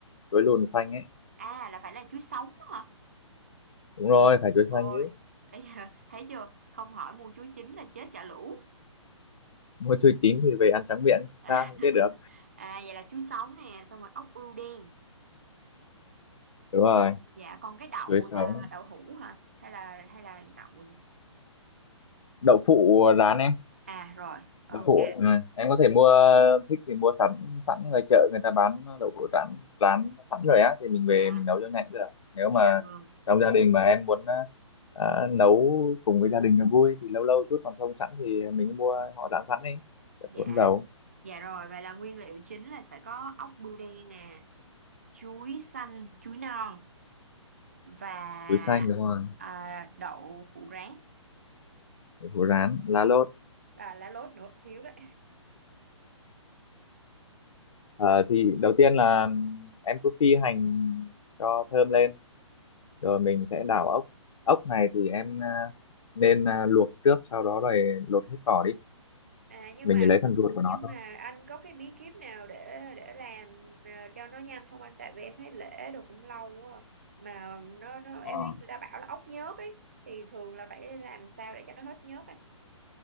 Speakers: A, on the left; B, on the right.
A: chuối lùn xanh ấy
B: à là phải là chuối sống hả
A: đúng rồi phải chuối
B: ôi
A: xanh chứ
B: bây giờ thấy chưa không hỏi mua chuối chín là chết cả lũ
A: mua chuối chín thì về ăn trắng miệng không
B: <laughs>
A: sao không chết được
B: à vậy là chuối sống nè xong rồi ốc bươu đen
A: đúng rồi
B: dạ còn cái đậu
A: chuối sống
B: là đậu hũ hả hay là hay là đậu gì
A: đậu phụ rán em
B: à rồi ok
A: đậu phụ, ừ. em có thể mua thích thì mua sẵn sẵn ngoài chợ người ta bán đậu phụ rán rán sẵn rồi á thì mình
B: dạ
A: về mình nấu cho nhanh cũng được nếu mà
B: dạ vâng
A: trong gia đình mà em muốn ờ, ờ, nấu cùng với gia đình cho vui thì lâu lâu chút còn không sẵn thì mình mua họ rán sẵn đi đậu
B: dạ
A: hũ dầu
B: Dạ rồi, vậy là nguyên liệu chính là sẽ có ốc bươu đen nè, chuối xanh, chuối non và
A: chuối xanh đúng rồi
B: à, đậu phụ rán.
A: đậu phụ rán lá lốt
B: À, lá lốt nữa thiếu đấy.
A: Ờ, thì đầu tiên là em cứ phi hành cho thơm lên rồi mình sẽ đảo ốc ốc này thì em ờ, nên à, luộc trước sau đó rồi lột hết vỏ đi
B: À nhưng
A: mình
B: mà
A: chỉ lấy phần ruột của nó
B: nhưng
A: thôi
B: mà anh có cái bí kíp nào để để làm à, cho nó nhanh không anh? Tại vì em thấy lễ đồ cũng lâu quá. à. Mà nó nó em
A: ờ.
B: thấy người ta bảo là ốc nhớt ấy thì thường là phải làm sao để cho nó hết nhớt anh?